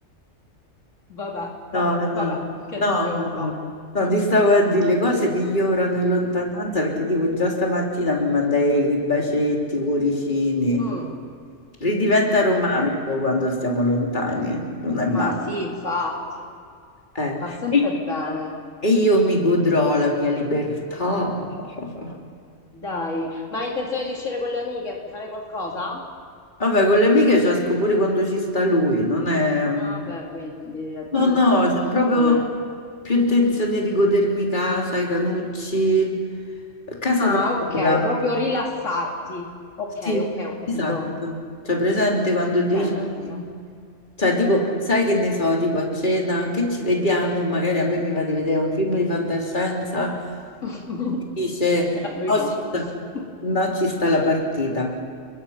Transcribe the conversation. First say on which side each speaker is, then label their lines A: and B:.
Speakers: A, on the left; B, on the left.
A: Vabbè, vabbè,
B: No, no,
A: vabbè,
B: no,
A: che
B: no,
A: dobbiamo fare?
B: no. No, ti stavo a dire, le cose migliorano in lontananza perché tipo già stamattina mi mandai i bacetti, i cuoricini.
A: Mm,
B: Ridiventa romantico
A: ok,
B: quando stiamo lontani, non è male.
A: ma sì, infatti,
B: Eh,
A: fa sempre
B: E
A: bene.
B: e io mi godrò la mia libertà. <laughs>
A: Dai, ma hai intenzione di uscire con le amiche, fare qualcosa?
B: Vabbè, con le amiche ci esco pure quando ci sta lui, non è... mm,
A: Ah, beh, quindi addio.
B: No, no,
A: <laughs>
B: c'è proprio
A: Non è.
B: più intenzione di godermi casa, i canucci, casa
A: Ah,
B: da
A: ok,
B: sola.
A: proprio rilassarti. Ok,
B: Sì,
A: ok, ho capito.
B: esatto. Cioè, presente quando dici...
A: Bene, bene.
B: Cioè, tipo, sai che ne so, tipo a cena, che ci vediamo, magari a me mi va di vedere un film di fantascienza,
A: <laughs>
B: mi dice,
A: Eh, A Lui
B: "Oh,
A: no.
B: ci sta-
A: <laughs>
B: no, ci sta la partita.